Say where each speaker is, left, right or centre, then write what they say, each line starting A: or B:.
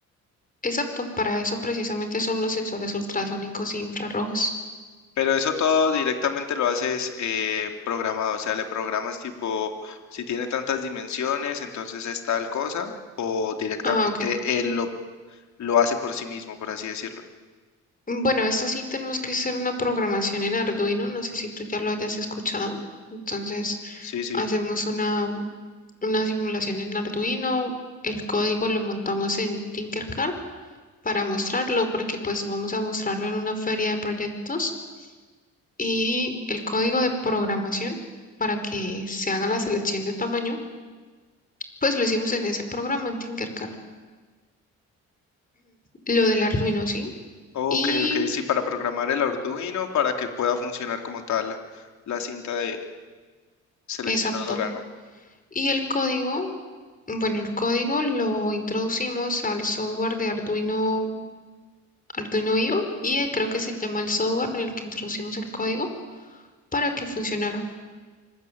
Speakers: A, on the left; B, on the left.
A: Exacto, para eso precisamente son los sensores ultrasónicos e infrarrojos.
B: Pero eso todo directamente lo haces eh, programado, o sea, le programas tipo, si tiene tantas dimensiones, entonces es tal cosa, o directamente
A: Ah, ok.
B: él lo, lo hace por sí mismo, por así decirlo.
A: Bueno, esto sí tenemos que hacer una programación en Arduino, no sé si tú ya lo hayas escuchado. Entonces
B: Sí, sí.
A: hacemos una, una simulación en Arduino, el código lo montamos en Tinkercad para mostrarlo, porque pues vamos a mostrarlo en una feria de proyectos y el código de programación para que se haga la selección de tamaño, pues lo hicimos en ese programa en Tinkercad, lo del Arduino, ¿sí?
B: Ok,
A: Y
B: ok, sí, para programar el Arduino, para que pueda funcionar como tal la cinta de seleccionadora,
A: exacto.
B: ¿no?
A: Y el código, bueno, el código lo introducimos al software de Arduino, Arduino IO y eh, creo que se llama el software en el que introducimos el código para que funcionara.